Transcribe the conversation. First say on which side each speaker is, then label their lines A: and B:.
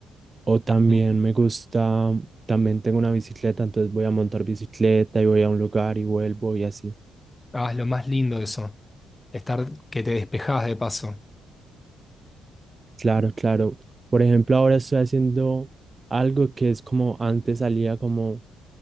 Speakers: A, on the right (about 30°); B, on the left (about 20°).
A: o también
B: Mm.
A: me gusta, también tengo una bicicleta, entonces voy a montar bicicleta y voy a un lugar y vuelvo y así.
B: Ah, es lo más lindo de eso, estar que te despejás de paso.
A: Claro, claro. Por ejemplo, ahora estoy haciendo algo que es como antes salía como